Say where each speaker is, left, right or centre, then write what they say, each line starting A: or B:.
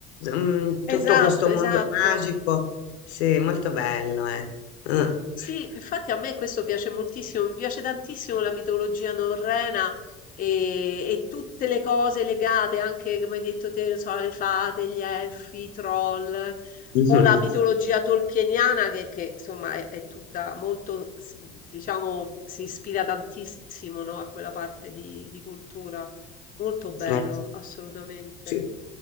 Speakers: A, on the left; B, on the left.
A: Mm, tutto
B: Esatto,
A: questo mondo
B: esatto.
A: magico, sì, molto bello, eh. Mm. <laughs>
B: Sì, infatti a me questo piace moltissimo, mi piace tantissimo la mitologia norrena e, e tutte le cose legate, anche come hai detto te, non so, le fate, gli elfi, i troll, un
A: Mhm.
B: po' la mitologia tolkieniana che, che, insomma è, è tutta molto, s- diciamo, si ispira tantissimo, no, a quella parte di di cultura. Molto bello,
A: Eh,
B: assolutamente.
A: Sì.